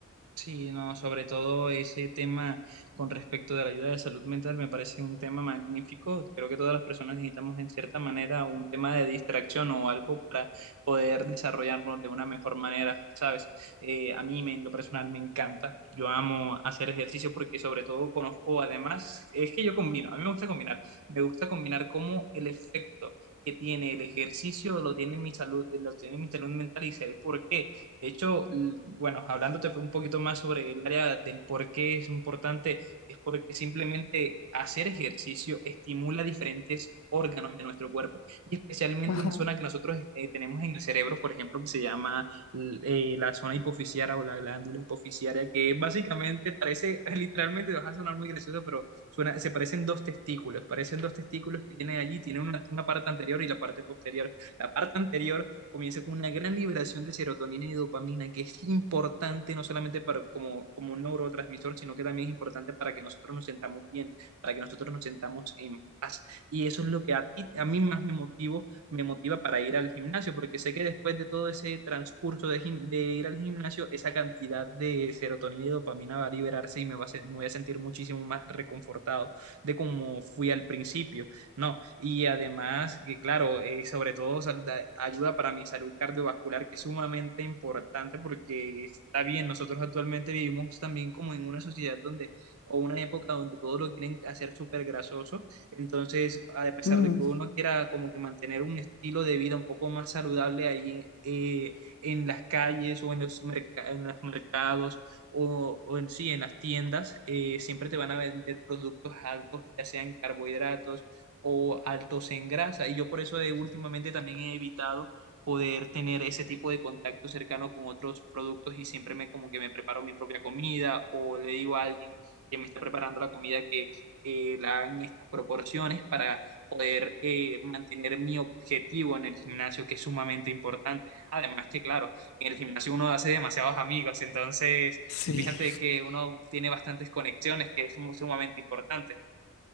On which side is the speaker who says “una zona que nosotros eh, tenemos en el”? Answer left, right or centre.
Right